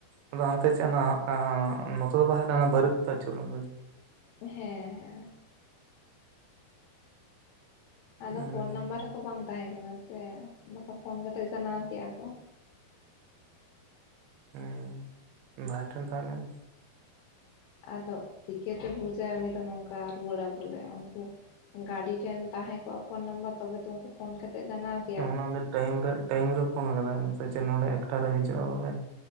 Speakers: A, on the right (about 85°); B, on the left (about 85°).
A: ᱟᱫᱚ ᱦᱟᱱᱛᱮ ᱪᱮᱫ ᱱᱚᱛᱮ ᱫᱚ ᱵᱟᱭ ᱦᱮᱡ ᱞᱮ ᱵᱟᱨ ᱠᱚᱛᱮ ᱟᱹᱪᱩᱨᱱᱟ
B: ᱦᱮᱸ ᱦᱮᱸ ᱟᱫᱚ
A: ᱦᱩᱸ
B: ᱯᱷᱳᱱ ᱱᱟᱢᱵᱟᱨ ᱨᱮᱛᱚ ᱵᱟᱝ ᱛᱟᱦᱮᱸ ᱠᱟᱱᱟ ᱥᱮ ᱵᱟᱠᱟᱱ ᱯᱷᱳᱱ ᱠᱟᱛᱮᱫ ᱡᱟᱱᱟᱣ ᱠᱮᱭᱟ ᱠᱚ
A: ᱦᱸ ᱵᱷᱟᱭ ᱴᱮᱱ ᱛᱟᱦᱮᱞᱮᱱ
B: ᱟᱫᱚ ᱪᱤᱠᱟᱹᱛᱮ ᱵᱩᱡᱟᱭ ᱩᱱᱤ ᱫᱚ ᱱᱚᱝᱠᱟ ᱨᱩᱣᱟᱹᱲᱟ ᱵᱚᱞᱮ ᱩᱱᱠᱩ ᱜᱟᱹᱰᱤ ᱴᱷᱮᱱ ᱛᱟᱦᱮᱸ ᱠᱚᱜ-ᱟ ᱯᱷᱳᱱ ᱱᱟᱢᱵᱟᱨ ᱛᱚᱵᱮ ᱛᱚ ᱩᱱᱠᱩ ᱯᱷᱳᱱ ᱠᱟᱛᱮᱫ ᱡᱟᱱᱟᱣ ᱟᱠᱚᱣᱟᱭ
A: ᱚᱱᱟ ᱫᱚ ᱴᱟᱭᱤᱢ ᱨᱮ ᱴᱟᱭᱤᱢ ᱨᱮ ᱯᱷᱳᱱ ᱟᱠᱟᱫᱟᱭ ᱚᱱᱟᱛᱮ ᱱᱚᱸᱰᱮ ᱮᱠᱴᱟ ᱨᱮ ᱦᱤᱡᱩᱜ-ᱟ ᱵᱚᱞᱮ ᱾